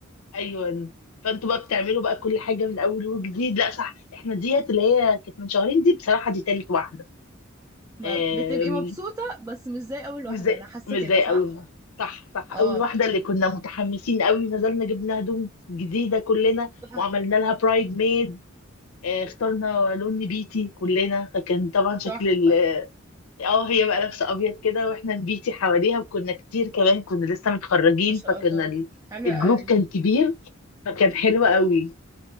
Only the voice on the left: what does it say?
ايوه فانتوا بقى بتعملوا بقى كل حاجه من اول وجديد لا صح احنا ديت اللي هي كانت من شهرين دي بصراحه دي تالت واحده
آم،
مش
زي
مش
زي اول
واحده صح صح
اول واحده اللي كنا متحمسين قوي نزلنا جبنا هدوم جديده كلنا
وعملنا لها برايد ميد آه، اخترنا لون نبيتي كلنا فكان طبعا شكل
اه هي بقى لابسه ابيض كده واحنا نبيتي حواليها وكنا كتير كمان كنا لسه متخرجين
فكنا
ال-
الجروب
كان كبير فكان حلو قوي